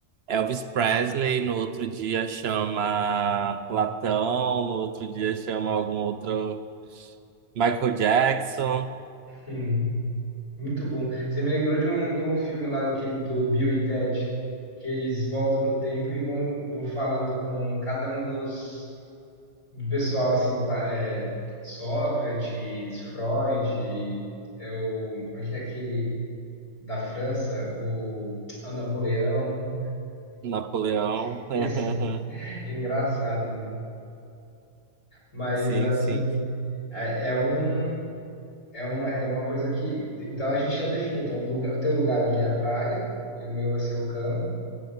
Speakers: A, on the right (about 60°); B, on the left (about 80°).
A: Elvis Presley, no outro dia chama Platão, no outro dia chama algum outro Michael Jackson,
B: hum, muito bom. Você me lembrou de um, de um filme lá daquele do Bill e Ted, que eles voltam no tempo e vão, vão falando com cada um dos do pessoal assim, pla- é, Sócrates, Freud, é o, como é que é aquele da França, o, ah, o Napoleão,
A: Napoleão.
B: <laughs>
A: <laughs>
B: e assim, é engraçado, né? Mas
A: Sim,
B: assim,
A: sim.
B: é, é um é uma, é uma coisa que então a gente já definiu, então o, lugar, o teu lugar ali é a praia, e o meu vai ser o campo.